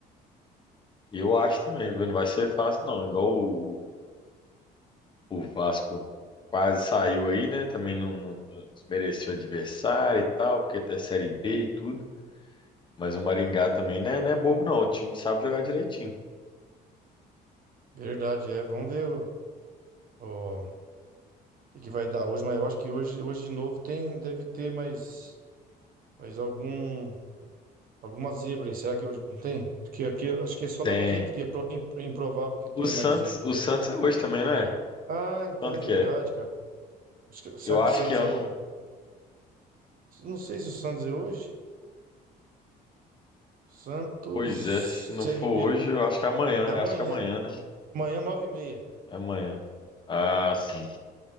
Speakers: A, on the left; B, on the right.
A: eu acho também, viu? Não vai ser fácil, não. Igual o, o Vasco quase saiu aí, né? Também não, não não desmereceu o adversário e tal, porque até Série B e tudo. Mas o Maringá também não é, não é bobo, não. O time sabe jogar direitinho.
B: Verdade, é. Vamos ver o, o- O que que vai dar hoje? Mas eu acho que hoje, hoje de novo tem, deve ter mais, mais algum, alguma zebra aí. Será que hoje não tem? Acho que, aqui, acho que é só
A: Tem.
B: na quinta que é pro- im- improvável que tenha
A: O Santos,
B: mais zebra.
A: o Santos é hoje também, não é?
B: Ah, então
A: Quando
B: é verdade,
A: que é?
B: cara. Acho que- será
A: Eu
B: que
A: acho
B: o Santos
A: que é, eu
B: é hoje?
A: não,
B: Não sei se o Santos é hoje. Santos
A: Pois é, se não
B: CRB
A: for hoje, eu acho que é amanhã,
B: é amanhã.
A: acho que é amanhã, né?
B: Amanhã, nove e meia.
A: É Amanhã. Ah, sim.